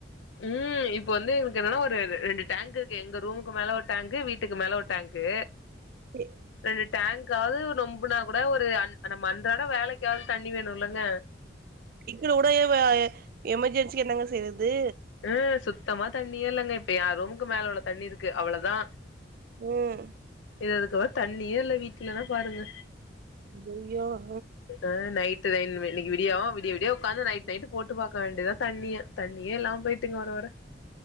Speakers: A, on the left; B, on the right.
A: ம் இப்ப வந்து எங்ளுக் என்னன்னா ஒரு ரு ரெண்டு டாங்கு எங்க ரூமுக்கு மேல ஒரு டாங்கு வீட்டுக்கு மேல ஒரு டாங்க்கு
B: பிடி
A: இது டேங்க்காது நொம்புனா கூட ஒரு அன் நம்ம அன்றாட வேலைக்காது தண்ணி வேணுலங்க
B: இக்னா உடையவ எமர்ஜென்சி என்னங்க செய்றது
A: அ சுத்தமா தண்ணியே இல்லங்க இப்ப யா ரூமுக்கு மேல உள்ள தண்ணி இருக்கு அவுலதா
B: ம்
A: இது அதுக்கப்புற தண்ணியே இல்ல வீட்லனா பாருங்க
B: ஐயயோ ஆ
A: அ நைட்டுதா இன்னுமே இன்னிக்கு விடியோ விடிய விடிய உக்காந்து நைட் நைட் போட்டு பாக்க வேண்டிதா தண்ணிய தண்ணியே இல்லாம் போய்ட்டுங்க வர வர